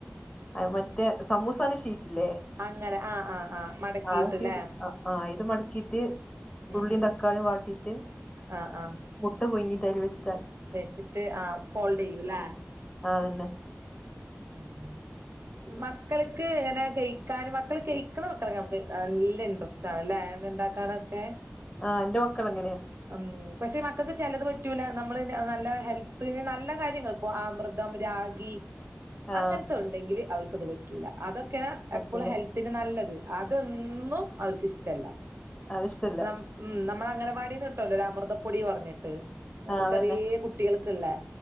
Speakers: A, on the left (about 20°); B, on the right (about 60°).
A: അത് മറ്റേ സമൂസാനെ ഷീറ്റില്ലേ?
B: അങ്ങനെ ആഹ് ആഹ് ആഹ് മടക്കിയിട്ട്ല്ലേ
A: അത് ശെരി അ ആ ഇത് മടക്കീറ്റ് ഉള്ളിം
B: ഉം ഉം
A: തക്കാളിം വാട്ടിറ്റ്
B: ആഹ് ആഹ്
A: മുട്ട പുയ്ങ്ങിറ്റ് അയില് വെച്ച്
B: വെച്ചിട്ട് ആ ഫോൾഡ് ചെയ്യൂല്ലേ
A: ആതന്നെ
B: ആഹ് മക്കൾക്ക് ഇങ്ങനെ കയിക്കാനും മക്കൾ കയ്ക്ക്ണ മക്കളൊക്കെ അമക്ക് നല്ല ഇൻട്രസ് <unintelligible> ഇണ്ടാക്കാനൊക്കെ
A: ആഹ് ഇന്റെ മക്കൾ അങ്ങനെയ
B: ഉം പക്ഷെ മക്കക്ക് ചെലത് പറ്റൂല നമ്മള് നല്ല ഹെൽത്തിന് നല്ല കാര്യങ്ങള് പ്പൊ അമൃതം, രാഗി
A: ആ
B: അങ്ങൻത്തെ ഉണ്ടെങ്കില് അവൾക്കത് പറ്റൂല അതൊക്കെയാന്ന
A: പറ്റില്ല
B: എപ്പളും ഹെൽ പിന്നെ നല്ലത് അതൊന്നും അവർക്ക് ഇഷ്ടല്ല.
A: അതിഷ്ടല്ല
B: നം ഉം നമ്മള അംഗനവാടിന്ന് ഇട്ടുവല്ലോ ഒര് അമൃതപ്പൊടി പറഞ്ഞ്ട്ട്
A: ആ അതന്നെ
B: ചെറിയേ കുട്ടികൾക്ക്ള്ളേ